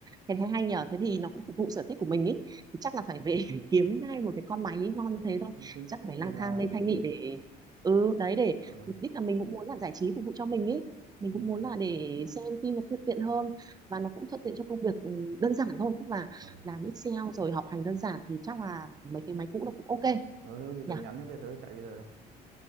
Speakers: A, on the right; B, on the right.
A: cái thấy hay nhờ thế thì nó cũng phục vụ sở thích của mình ý thì chắc là phải về <laughs> phải kiếm ngay một cái con máy ý ngon
B: ờ,
A: như thế thôi
B: nói chung cũng
A: chắc là
B: ok
A: phải lang
B: la
A: thang lên
B: mà
A: Thanh Nghị để ừ đấy để
B: ờ
A: mục đích là mình cũng muốn là giải trí phục vụ cho mình ý mình
B: ừ
A: cũng muốn là để xem phim nó tiện tiện hơn và nó cũng thuận tiện cho công việc ừ, đơn giản thôi tức là
B: ờ
A: làm Excel rồi học hành đơn giản thì chắc là mấy cái máy cũ nó cũng ok
B: ờ thế có gì tớ
A: nhỉ
B: nhắn nhé bây giờ tớ chạy bây giờ đây